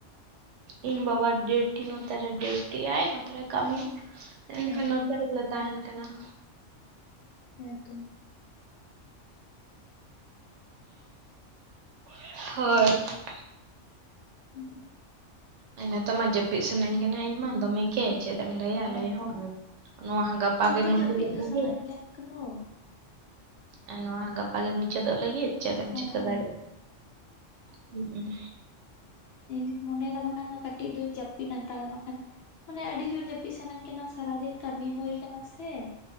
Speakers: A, on the right; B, on the left.
A: ᱤᱧ ᱵᱟᱵᱟ ᱰᱮᱣᱴᱤ ᱱᱚᱛᱮ ᱨᱮ ᱰᱮᱣᱴᱤᱼᱟᱭ ᱱᱚᱛᱮ ᱨᱮ ᱠᱟᱢᱤᱭᱟᱭ ᱾ ᱮᱸᱰᱮᱠᱷᱟᱱ
B: ᱚ
A: ᱱᱚᱛᱮ ᱨᱮᱜᱮᱞᱮ ᱛᱟᱦᱮᱱ ᱠᱟᱱᱟ ᱾
B: ᱦᱮᱸᱛᱚ ᱾
A: ᱦᱳᱭ ᱾
B: <inaudible>
A: ᱟᱨ ᱱᱮᱛᱚᱜ ᱢᱟ ᱡᱟᱹᱯᱤᱫ ᱥᱟᱱᱟᱤᱧ ᱠᱟᱱᱟ ᱤᱧ ᱢᱟ ᱫᱚᱢᱮ ᱜᱮ ᱪᱮᱫ ᱮᱢ ᱞᱟᱹᱭᱟ
B: ᱦᱮᱸᱛᱚ
A: ᱞᱟᱹᱭᱦᱚᱸ ᱱᱚᱣᱟ ᱦᱚᱸ ᱜᱟᱯᱟ
B: ᱤᱧᱦᱚᱸ
A: ᱜᱮ ᱢᱩᱪᱟᱹᱫᱚᱜ
B: ᱡᱟᱹᱯᱤᱫ ᱫᱚ
A: ᱞᱟᱹᱜᱤᱫ
B: ᱥᱟᱱᱟᱧ ᱠᱟᱱ ᱠᱚᱫᱚ
A: ᱟᱨ ᱱᱚᱣᱟ ᱦᱚᱸ ᱜᱟᱯᱟ ᱜᱮ ᱢᱩᱪᱟᱹᱫᱚᱜ ᱞᱟᱹᱜᱤᱫ ᱪᱮᱫ
B: ᱦᱚᱸ
A: ᱪᱤᱠᱟᱹ ᱫᱟᱲᱮᱭᱟᱜ ᱦᱩᱸᱜ-ᱩᱸ
B: ᱤᱧ ᱫᱩᱧ ᱢᱚᱱᱮᱭᱫᱟ ᱵᱟᱠᱷᱟᱱ ᱫᱚ ᱠᱟᱹᱴᱤᱡ ᱫᱩᱧ ᱡᱟᱹᱯᱤᱫ ᱦᱟᱛᱟᱲᱟ ᱵᱟᱠᱷᱟᱱ ᱢᱟᱱᱮ ᱟᱹᱰᱤ ᱡᱳᱨ ᱡᱟᱹᱯᱤᱫ ᱥᱟᱱᱟᱧ ᱠᱟᱱᱟ ᱥᱟᱨᱟᱫᱤᱱ ᱠᱟᱹᱢᱤ ᱦᱳᱭ ᱠᱟᱱᱟ ᱥᱮ